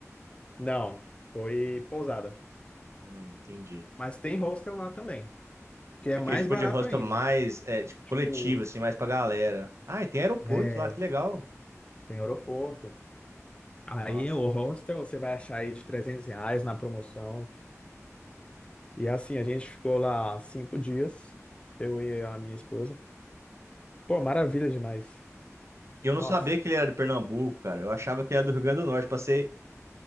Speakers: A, on the left (about 20°); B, on the right (about 60°).
A: Não, foi pousada.
B: Não, entendi.
A: Mas tem hostel lá também, que é
B: Aquele
A: mais
B: tipo
A: barato
B: de hostel
A: ainda.
B: mais é, tipo,
A: Tipo,
B: coletivo, assim, mais pra galera. Ah, e tem aeroporto
A: é,
B: lá, que legal.
A: tem aeroporto, Aí
B: Nossa.
A: o hostel você vai achar aí de 300 reais na promoção. E assim, a gente ficou lá cinco dias, eu e a minha esposa. Pô, maravilha demais.
B: E eu
A: Nossa,
B: não sabia que ele era de Pernambuco, cara. Eu achava que era do Rio Grande do Norte. Passei